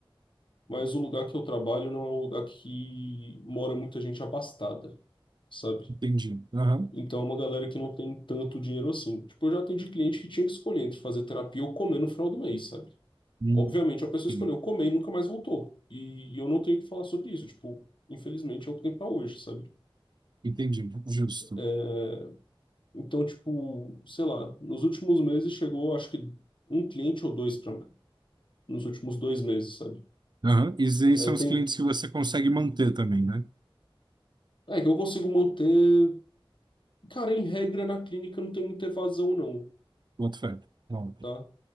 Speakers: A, on the left; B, on the right.
A: mas o lugar que eu trabalho não é um lugar que mora muita gente abastada, sabe?
B: Entendi. Aham.
A: Então é uma galera que não tem tanto dinheiro assim. Tipo, eu já atendi cliente que tinha que escolher entre fazer terapia ou comer no final do mês, sabe?
B: Hum,
A: Obviamente a pessoa
B: ok.
A: escolheu comer e nunca mais voltou. E, eu não tenho o que falar sobre isso, tipo, infelizmente é o que tem pra hoje, sabe?
B: Entendi. Justo.
A: É, então, tipo, sei lá, nos últimos meses chegou, acho que um cliente ou dois pra nos últimos dois meses, sabe?
B: Aham. E esses aí
A: É,
B: são
A: tem...
B: os clientes que você consegue manter também, né?
A: é que eu consigo manter. Cara, em regra, na clínica não tem muita evasão, não,
B: Boto fé. Bom.
A: tá?